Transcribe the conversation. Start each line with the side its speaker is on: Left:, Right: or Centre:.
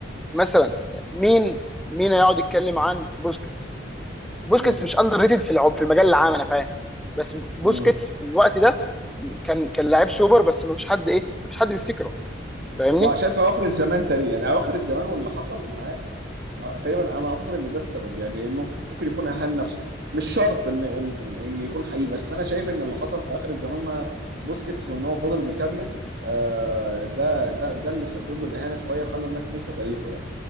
Centre: مثلا مين مين هيقعد يتكلم عن بوسكيتس بوسكيتس
Right: مم.
Centre: مش اندر ريتد في العم... في المجال العام انا فاهم بس بوسكيتس
Right: مم.
Centre: في الوقت ده كان كان لعيب سوبر بس ما فيش حد ايه ما فيش حد بيفتكره فاهمني
Right: وعشان في اواخر الزمان تقريبا يعني اواخر الزمان واللي حصل معاه آه، تقريبا انا اعتقد ان ده السبب يعني انه ممكن يكون اهان نفسه مش شرط ان ان ان يكون حقيقي بس انا شايف ان اللي حصل في اخر الزمان مع بوسكيتس وان هو فضل مكمل آه، ده ده ده اللي سبب له الاهانه شويه وخلى الناس تنسى تاريخه يعني